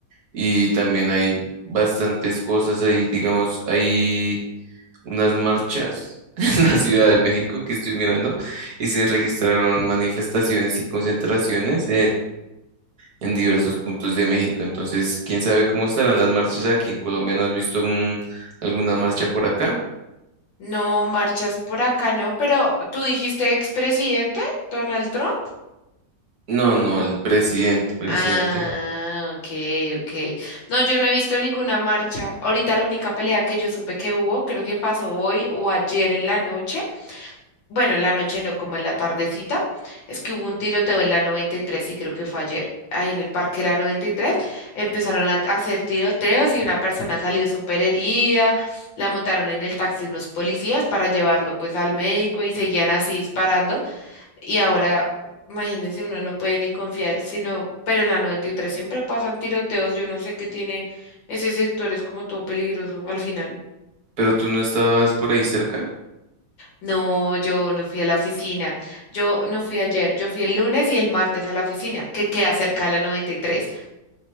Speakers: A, on the right; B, on the left.
A: y también hay bastantes cosas ahí, digamos, hay unas marchas <laughs> en la Ciudad de México que estoy mirando y se registraron manifestaciones y concentraciones en diversos puntos de México. Entonces, quién sabe cómo estarán las marchas aquí en Colombia. ¿No has visto un- alguna marcha por acá?
B: No marchas por acá, ¿no? Pero tú dijiste expresidente, Donald Trump.
A: No, no, el presidente, presidente.
B: Ah, ok, ok. No, yo no he visto ninguna marcha. Ahorita la única pelea que yo supe que hubo, creo que pasó hoy o ayer en la noche. Bueno, en la noche no, como en la tardecita. Es que hubo un tiroteo en la noventa y tres y creo que fue ayer. Ahí en el parque de la 93 empezaron a hacer tiroteos y una persona salió súper herida. La montaron en el taxi unos policías para llevarlo pues al médico y seguían así disparando. Y ahora, imagínense, uno no puede ni confiar, sino, pero en la 93 siempre pasan tiroteos, yo no sé qué tiene ese sector, es como todo peligroso al final.
A: Pero tú no estabas por ahí cerca.
B: No, yo no fui a la oficina, yo no fui ayer, yo fui el lunes y el martes a la oficina, que queda cerca a la noventa y tres